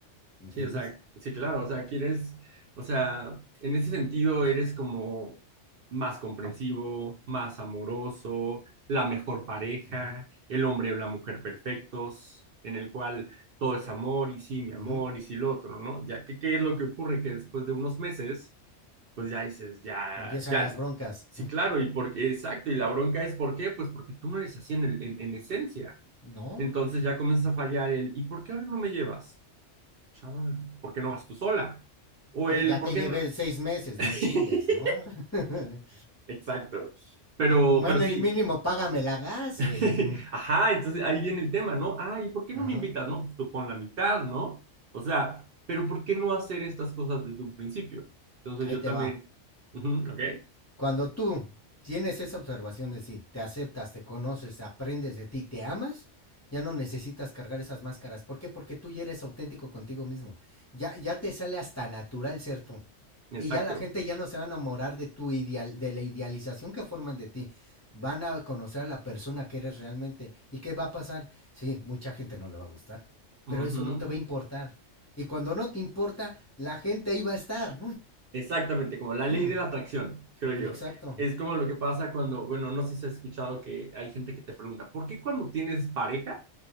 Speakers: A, on the left (about 20°); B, on the right (about 60°).
A: ¿entiendes?
B: Sí, o sea, sí, claro, o sea, quieres, o sea, en ese sentido eres como más comprensivo, más amoroso, la mejor pareja,
A: Ujú.
B: el hombre o la mujer perfectos, en el cual todo es amor y sí, mi
A: Ujú.
B: amor y sí, lo otro, ¿no? Ya que, ¿qué es lo que ocurre? Que después de unos meses, pues ya dices, ya,
A: Empiezan
B: ya,
A: las broncas.
B: sí, claro, y porque, exacto, y la bronca es, ¿por qué? Pues porque tú no eres así en, el- en en esencia.
A: No,
B: Entonces ya comienza a fallar el, ¿y por qué ahora no me llevas? chava, ¿por qué no vas tú sola? O
A: sí,
B: el,
A: ya
B: ¿por
A: te
B: qué
A: llevé
B: no?
A: seis meses,
B: <laughs>
A: no chingues, ¿no? <laughs>
B: Exacto. Pero,
A: Bueno,
B: pero sí.
A: y mínimo págame la gas,
B: <laughs>
A: güey.
B: Ajá, entonces ahí viene el tema, ¿no? Ay, ¿por qué
A: Ajá,
B: no me invitas? No, pues tú pon la mitad, ¿no? O sea, pero ¿por qué no hacer estas cosas desde un principio? Entonces
A: Ahí
B: yo
A: te
B: también,
A: va.
B: ujú, ¿ok?
A: Cuando tú tienes esa observación de sí, te aceptas, te conoces, aprendes de ti, te amas, ya no necesitas cargar esas máscaras. ¿Por qué? Porque tú ya eres auténtico contigo mismo. Ya, ya te sale hasta natural ser tú.
B: Exacto.
A: Y ya la gente ya no se va a enamorar de tu ideal, de la idealización que forman de ti. Van a conocer a la persona que eres realmente. ¿Y qué va a pasar? Sí, mucha gente no le va a gustar,
B: ujú.
A: pero eso no te va a importar. Y cuando no te importa, la gente ahí va a estar.
B: Exactamente, como la
A: <laughs>
B: ley de la atracción, creo yo.
A: Exacto.
B: Es como lo que pasa cuando, bueno, no sé si has escuchado que hay gente que te pregunta, ¿por qué cuando tienes pareja?